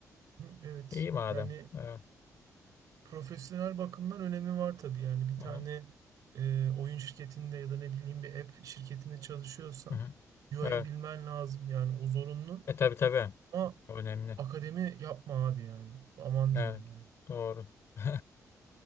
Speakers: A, on the right (about 70°); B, on the left (about 45°).
A: Hı, evet.
B: İyi madem.
A: Yani
B: Evet.
A: profesyonel bakımdan önemi var tabii. Yani bir
B: Hı
A: tane
B: hı.
A: e, oyun şirketinde ya da ne bileyim bir app şirketinde çalışıyorsan
B: Hı hı.
A: UI'yi
B: Evet.
A: bilmen lazım. Yani o zorunlu.
B: E tabii tabii.
A: Ama
B: Önemli.
A: akademi yapma abi yani. Aman
B: Evet.
A: diyeyim yani.
B: Doğru. <laughs>